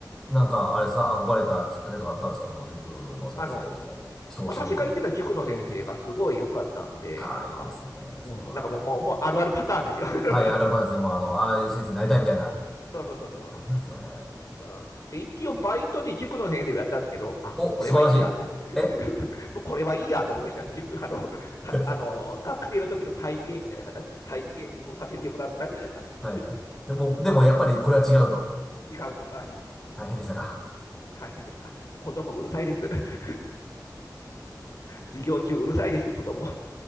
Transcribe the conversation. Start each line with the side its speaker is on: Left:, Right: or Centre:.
Centre: なんか、あれですか、憧れたきっかけとかあったんですかその塾の先生とか、
Left: あの、
Centre: 人を教えるというのは
Left: 私が行ってた塾の先生がすごい良かったんで、
Centre: ああ、いいですね、
Left: あ、
Centre: それは。
Left: うん、なんかもう、もう、もうあるあるパターンですよ。<laughs>
Centre: はい、あるあるパンですね。もう、あの、ああいう先生になりたいみたいな。
Left: そうそうそうそう。
Centre: ありますよね。
Left: うんで、一応バイトで塾の先生をやったんですけど、あ、
Centre: お、
Left: もうこれはいいやって
Centre: 素晴らしい。え
Left: <laughs>、もうこれはいいやと思いました。塾、あの、
Centre: <laughs>
Left: あの、学生の時の体験みたいな形、体験をさせてもらったみたいな感じで、
Centre: はいはい。でも、
Left: <laughs>
Centre: でもやっぱりこれは違うと。
Left: やっぱ、あれ、違うと、はい、
Centre: 大変でしたか。
Left: 大変でした。子供うるさいです。<laughs> 授業中うるさいです、子供。